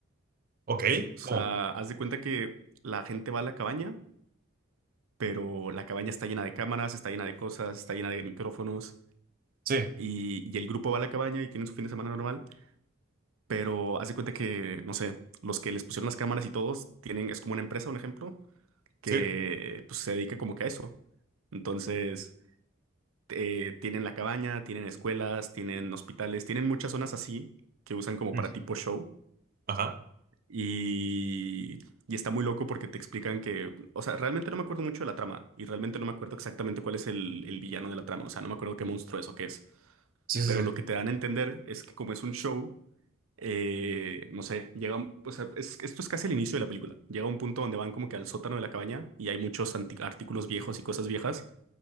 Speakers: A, on the right; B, on the right.
A: Ok,
B: O
A: ¿cómo?
B: sea, haz de cuenta que la gente va a la cabaña, pero la cabaña está llena de cámaras, está llena de cosas, está llena de micrófonos,
A: Sí,
B: y, y el grupo va a la cabaña y tienen su fin de semana normal, pero haz de cuenta que, no sé, los que les pusieron las cámaras y todos tienen, es como una empresa, un ejemplo, que
A: sí.
B: pues se dedica como que a eso. Entonces... eh, tienen la cabaña, tienen escuelas, tienen hospitales, tienen muchas zonas así que usan como
A: mm,
B: para tipo show.
A: Ajá.
B: Y, y está muy loco porque te explican que, o sea, realmente no me acuerdo mucho de la trama y realmente no me acuerdo exactamente cuál es el, el villano de la trama, o sea, no me acuerdo qué monstruo es o qué es.
A: Sí, sí,
B: Pero
A: sí.
B: lo que te dan a entender es que como es un show, eh, no sé, llega, un- o sea, es- esto es casi el inicio de la película. Llega un punto donde van como que al sótano de la cabaña y hay muchos anti- artículos viejos y cosas viejas.